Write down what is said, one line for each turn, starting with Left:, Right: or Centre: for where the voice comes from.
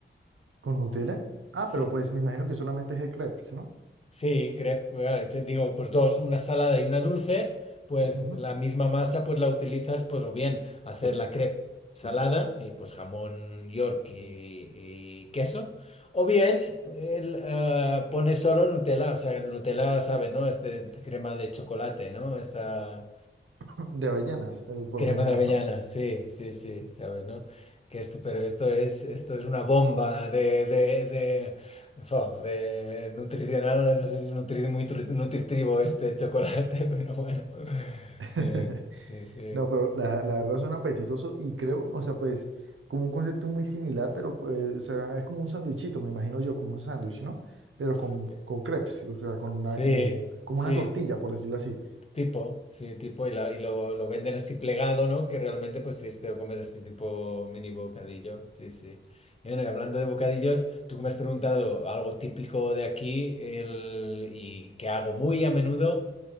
Right: ¿Con Nutella? Ah,
Left: Sí,
Right: pero pues me imagino que solamente es el crepes, ¿no?
Left: Sí, crepe, eh, te digo, pues dos, una salada y una dulce, pues
Right: Ujú.
Left: la misma masa pues la utilizas pues o bien hacer la crepe salada y pues jamón York y, y queso, o bien el, eh, pones solo Nutella, o sea, el Nutella sabe, ¿no? Este crema de chocolate, ¿no? Esta...
Right: <laughs> De avellanas, eh, por
Left: Crema
Right: lo general,
Left: de avellana,
Right: ¿no?
Left: sí, sí, sí, sabes, ¿no? Que esto, pero esto es, esto es una bomba de, de, de, fo, de nutricional, no sé si es nutri- muy tru- nutritivo este chocolate, <laughs> pero bueno.
Right: <laughs>
Left: Eh, sí, sí,
Right: No, pero la, la verdad suena apetitoso y creo, o sea, pues como un concepto muy similar, pero pues, o sea, es como un sándwichito, me imagino yo, como un sándwich, ¿no? Pero
Left: sí,
Right: con, con crepes, o sea, con una,
Left: sí,
Right: como, como
Left: sí,
Right: una tortilla, por decirlo así.
Left: Tipo, sí, tipo, y, la- y lo, lo venden así plegado, ¿no? Que realmente, pues sí, te lo comes así tipo mini bocadillo, sí, sí. Y bueno, y hablando de bocadillos, tú que me has preguntado algo típico de aquí el, y que hago muy a menudo,